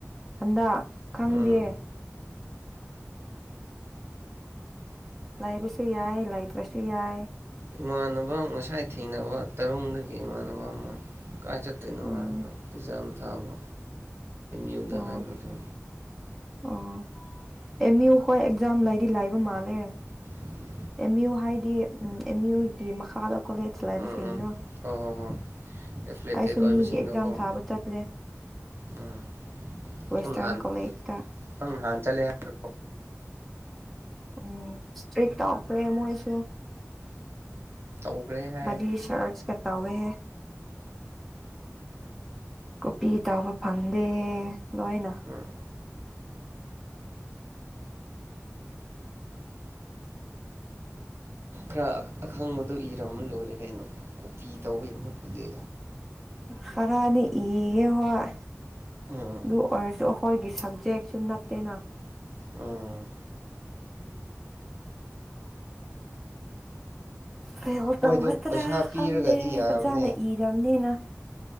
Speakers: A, in the centre; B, on the right.
A: ꯍꯟꯗꯛ ꯈꯪꯗꯦ
B: ꯎꯝ
A: ꯂꯩꯕꯁꯨ ꯌꯥꯏ ꯂꯩꯇ꯭ꯔꯁꯨ ꯌꯥꯏ
B: ꯏꯃꯥꯟꯅꯕ ꯉꯁꯥꯏ ꯊꯦꯡꯅꯕ ꯇꯔꯨꯡꯗꯒꯤ ꯏꯃꯥꯟꯅꯕ ꯑꯃ ꯀꯥ ꯆꯇꯅ
A: ꯎꯝ
B: ꯑꯦꯖ ꯌꯥꯝ ꯇꯕ ꯌꯨꯗ
A: ꯑꯣ
B: ꯍꯥꯏ ꯃꯥꯗꯨ
A: ꯑꯣ ꯑꯦꯝ ꯌꯨ ꯍꯣꯏ ꯑꯦꯛꯖꯥꯝ ꯂꯩꯗꯤ ꯂꯥꯏꯕ ꯃꯥꯜꯂꯦ
B: ꯎꯝ
A: ꯑꯦꯝ ꯌꯨ ꯍꯥꯏꯗꯤ ꯎ ꯑꯦꯝ ꯌꯨꯒꯤ ꯃꯈꯥꯗ ꯀꯣꯂꯦꯖ ꯂꯩꯕꯁꯤꯡꯗꯣ
B: ꯎꯝ ꯍꯣꯏ ꯍꯣꯏ ꯍꯣꯏ ꯑꯦꯐꯤꯂꯦꯇꯦꯠ
A: ꯑꯩꯁꯨ
B: ꯑꯣꯏꯕꯁꯤꯡꯗꯣꯀꯣ
A: ꯃꯤꯒꯤ ꯑꯦꯛꯖꯥꯝ ꯊꯥꯕ ꯆꯠꯂꯦ
B: ꯎꯝ
A: ꯋꯦꯁꯇꯔꯟ
B: ꯅꯍꯥꯟ
A: ꯀꯣꯂꯦꯖꯇ
B: ꯅꯪ ꯅꯍꯥꯟ ꯆꯠꯂꯦ ꯍꯥꯏꯕꯗꯣ
A: ꯎꯝ ꯏꯁꯇ꯭ꯔꯤꯛ ꯇꯧꯈ꯭ꯔꯦ ꯃꯣꯏꯁꯨ
B: ꯎꯝ ꯇꯧꯈ꯭ꯔꯦ ꯍꯥꯏ
A: ꯕꯗꯤ ꯁꯔꯁ ꯀ ꯇꯧ ꯋꯦꯍꯦ ꯀꯣꯄꯤ ꯇꯥꯕ ꯐꯪꯗꯦ ꯂꯣꯏꯅ
B: ꯎꯝ ꯈꯔ ꯑꯈꯪꯕꯗꯣ ꯏꯔꯝꯃ ꯂꯣꯏꯔꯦ ꯀꯩꯅꯣ ꯇꯧꯕꯒꯤ ꯃꯍꯨꯠꯄꯨꯗꯤ
A: ꯈꯔꯗꯤ ꯏꯒꯦ ꯍꯣꯏ
B: ꯎꯝ
A: ꯂ ꯑꯣꯏꯔꯁꯨ ꯑꯩꯈꯣꯏꯒꯤ ꯁꯕꯖꯦꯛꯁꯨ ꯅꯠꯇꯦꯅ
B: ꯎꯝ
A: ꯀꯩꯣ
B: ꯃꯣꯏꯗꯣ
A: ꯇꯧꯒꯗ꯭ꯔꯥ
B: ꯄꯩꯁꯥ ꯄꯤꯔꯒꯗꯤ
A: ꯈꯪꯗꯦ
B: ꯌꯥꯕꯅꯦ
A: ꯐꯖꯅ ꯏꯔꯕꯅꯤꯅ